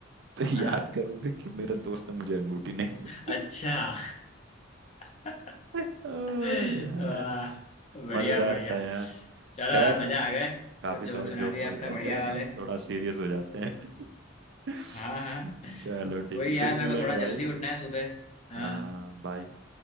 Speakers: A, on the right (about 60°); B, on the left (about 35°).
A: तो
B: हाँ
A: याद करोगे कि मेरा दोस्त ने मुझे अंगूठी नहीं
B: अच्छा
A: दी।
B: <laughs>
A: <laughs> ओ
B: वाह
A: यार
B: बढ़िया
A: मजेदार
B: बढ़िया
A: था यार
B: चलो
A: खैर
B: यार मजा आ गए कुछ
A: काफी
B: जोक
A: सारे
B: सुना
A: जोक्स
B: दिए
A: हो
B: आपने
A: गए
B: बढ़िया वाले
A: अब
B: <laughs>
A: थोड़ा सीरियस हो जाते हैं <laughs>
B: हाँ हाँ
A: चलो ठीक
B: वही
A: है
B: यार
A: फिर मिलेंगे
B: मेरे को थोड़ा जल्दी
A: भाई
B: उठना है सुबह हाँ
A: हाँ बाय